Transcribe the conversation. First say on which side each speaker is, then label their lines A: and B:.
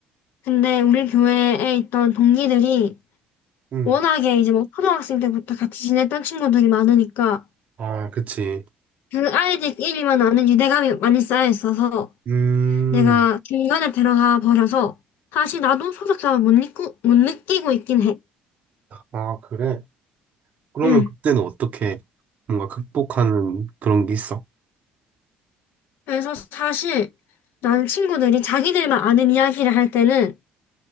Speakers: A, on the left; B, on the right.
A: 근데 우리 교회에 있던 동기들이
B: 음.
A: 워낙에 이제 뭐 초등학생 때부터 같이 지냈던 친구들이 많으니까
B: 아, 그치.
A: 그 아이들끼리만 아는 유대감이 많이 쌓여 있어서
B: 음,
A: 내가 중간에 들어가 버려서 사실 나도 소속감을 못 느끼고, 못 느끼고 있긴 해.
B: 아, 그래? 그러면
A: 응.
B: 그때는 어떻게 뭔가 극복하는 그런 게 있어?
A: 그래서 사실 나는 친구들이 자기들만 아는 이야기를 할 때는